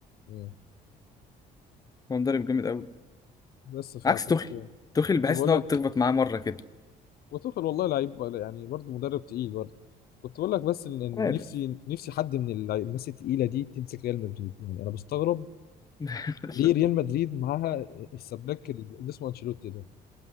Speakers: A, on the left; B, on the left.
A: آه،
B: هو مدرب جامد قوي
A: بس فكنت
B: عكس توخيل توخيل
A: كنت
B: بحس
A: بقول
B: ان هو
A: لك
B: بتخبط معاه مره كده
A: وتوخيل والله لعيب بقى- يعني برضه مدرب تقيل برضه كنت بقول لك بس ان إن
B: عارف
A: نفسي نفسي حد من اللع- الناس التقيله دي تمسك ريال مدريد يعني انا بستغرب
B: <laughs>
A: ليه ريال مدريد معاها السباك اللي اسمه انشيلوتي ده